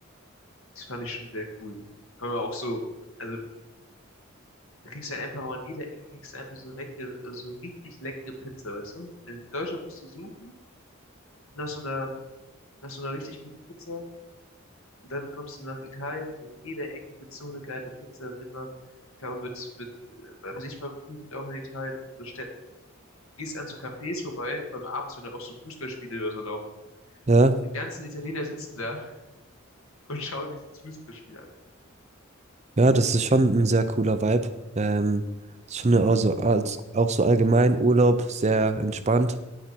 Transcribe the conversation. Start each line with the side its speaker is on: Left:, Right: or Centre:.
Left: Das fand ich schon sehr cool. Vor allem auch so, also da kriegst du halt einfach an jeder Ecke kriegst du einfach so leckere, so richtig leckere Pizza, weißt du? In Deutschland musst du suchen nach so einer, nach so einer richtig guten Pizza und dann kommst du nach Italien und an jeder Ecke wird so eine geile Pizza und immer, kaum wird, wird, äh, was ich vor allem cool finde auch in Italien, also Städten, gehst an zu Cafés vorbei, vor allem abends, wenn da auch so Fußballspiele oder so laufen.
Right: Ja,
Left: Und die ganzen Italiener sitzen da <laughs> und schauen dieses Fußballspiel an.
Right: ja, das ist schon ein sehr cooler Vibe. Ähm, ich finde auch so, als, auch so allgemein Urlaub sehr entspannt.